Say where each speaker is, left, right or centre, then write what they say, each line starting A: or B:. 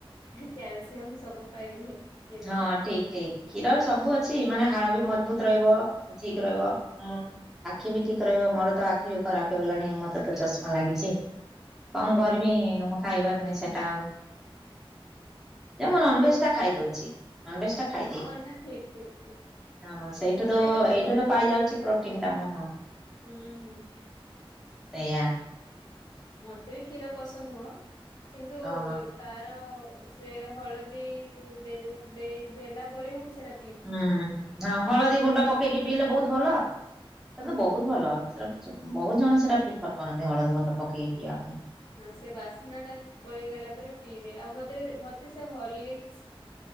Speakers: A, on the left (about 45°); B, in the centre.
A: କ୍ୟାଲସିୟମ୍ ସବୁ ପାଇବେ କ୍ଷୀରରେ।
B: ହଁ ଠିକ୍ ଠିକ୍ କ୍ଷୀରର ସବୁ ଅଛି ମାନେ ହାଡ଼ ବି ମଜବୁତ୍
A: ହୁଁ ହୁଁ
B: ରହିବ। ଠିକ୍ ରହିବ। ହଁ। ଆଖି ବି ଠିକ୍ ରହିବ। ମୋର ତ ଆଖି ବି ଖରାପ ହେଇଗଲାଣି ମତେ ତ ଚଷମା ଲାଗିଛି। କଣ
A: ହଁ
B: କରିବି
A: ହଁ।
B: ମୁଁ ଖାଇବାରୁନି ସେଟା ଆଉ। ଯେ ମୁଁ ନନଭେଜ୍ ଖାଇଦଉଛି ନନଭେଜ୍ ଟା ଖାଇଦିଏ।
A: ହଁ ନା ଠିକ ଠିକ ଠିକ
B: ହଁ ସେଇଠୁ ତ
A: ଖାଇବା କଥା
B: ଏଇଠୁ ତ
A: ଯୋଉ
B: ପାଇଯାଉଛି
A: ଯୋଉଟା
B: ପ୍ରୋଟିନ୍
A: ବି
B: ଟା ମୁଁ ହଁ।
A: ହୁଁ ହୁଁ।
B: ସେୟା।
A: ମତେ ବି କ୍ଷୀର ପସନ୍ଦ ନୁହଁ କିନ୍ତୁ
B: ହଁ।
A: ତାର ସେ ହଳଦୀ ଦେ ଦେଇ ଦେଲା ପରେ ବି ମୁଁ ସେଟା
B: ହୁଁ ହଁ ହଁ ହଳଦୀ ଗୁଣ୍ଡ ପକେଇକି ପିଇଲେ ବହୁତ ଭଲ। ସେଇଟା
A: ହଁ।
B: ତ ବହୁତ ଭଲ ସେଟା ବହୁତ ଜଣ ସେଇଟା ପ୍ରିଫର କରନ୍ତି ହଳଦୀ ଗୁଣ୍ଡ ପକେଇକି ପିଇବା ପାଇଁ।
A: ହଁ ସେ ବାସ୍ନା ଟା ପଳେଇ ଗଲା ପରେ ପିଇଦିଏ ଆଉ ମତେ ମତେ ସେ ହିରଲିକସ୍